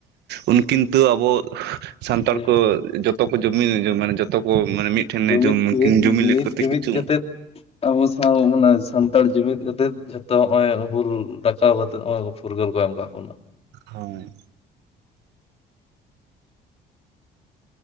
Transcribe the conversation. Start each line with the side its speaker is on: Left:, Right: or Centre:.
Right: ᱩᱱᱠᱤᱱᱛᱩ ᱟᱵᱚ <unintelligible> ᱥᱟᱱᱛᱟᱲ
Left: ᱡᱮ
Right: ᱠᱚ <unintelligible> ᱡᱚᱛᱚ ᱠᱚ <unintelligible> ᱢᱟᱱᱮ ᱡᱚᱛᱚ ᱠᱚ ᱢᱟᱱᱮ ᱢᱤᱫᱴᱷᱮᱱ
Left: ᱡᱩᱢᱤᱫ ᱢᱤᱫ ᱢᱤᱫ
Right: <unintelligible> ᱠᱚᱛᱮ
Left: ᱡᱩᱢᱤᱫ
Right: ᱠᱤᱪᱷᱩᱼᱼ
Left: ᱠᱟᱛᱮᱫ ᱟᱵᱚ ᱥᱟᱶ ᱚᱱᱟ ᱥᱟᱱᱛᱟᱲ ᱡᱩᱢᱤᱫ ᱠᱟᱛᱮᱫ ᱡᱚᱛᱚ ᱱᱚᱜ ᱚᱭ ᱦᱩᱞ ᱫᱟᱠᱟᱣ ᱠᱟᱛᱮᱜ ᱱᱚᱜᱚᱭᱼᱼ ᱯᱷᱩᱨᱜᱟᱹᱞ ᱠᱚ ᱮᱢ ᱠᱟ ᱵᱚᱱᱟ
Right: ᱦᱚᱸ